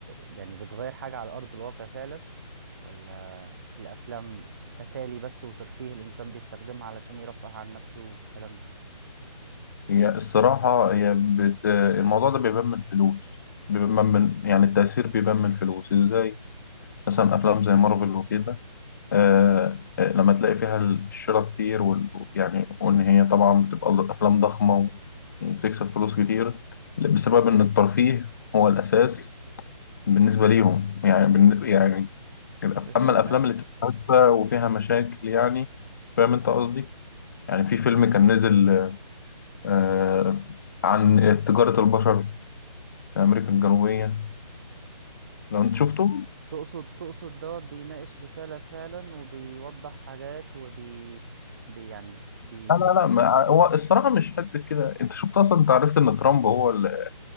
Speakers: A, on the right; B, on the left.
A: يعني بتغير حاجة على أرض الواقع فعلا ولا الافلام تسالي بس وترفيه الانسان بيستخدمها علشان يرفه عن نفسه والكلام ده
B: هي الصراحة هي بت... الموضوع ده بيبان من الفلوس بيبان من يعني التأثير بيبان من الفلوس إزاي مثلا أفلام زي مارفل وكده آه، آه، لما تلاقي فيها الشراء كتير وال... يعني وإن هي طبعا بتبقى أفلام ضخمة وبتكسب فلوس كتير بسبب إن الترفيه هو الأساس بالنسبة ليهم يعني بالن... يعني الأف-
A: فهمت
B: أما الأفلام اللي بتبقى هادفة وفيها مشاكل يعني فاهم أنت قصدي؟ يعني في فيلم كان نزل آه، عن تجارة البشر في أمريكا الجنوبية لو أنت شفته
A: تقصد تقصد دوت بيناقش رسالة فعلا وبيوضح حاجات وبي بي يعني بي
B: لا لا لا ما هو الصراحة مش قد كده أنت شفت أصلا أنت عرفت إن ترامب هو اللي